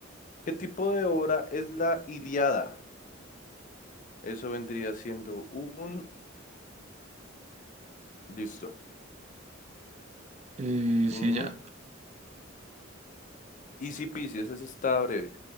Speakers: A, on the left (about 40°); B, on the right (about 35°).
A: ¿Qué tipo de obra es la Iliada? Eso vendría siendo un... Listo.
B: Eh, sí,
A: Mm.
B: ya.
A: Easy peasy, esa sí está breve.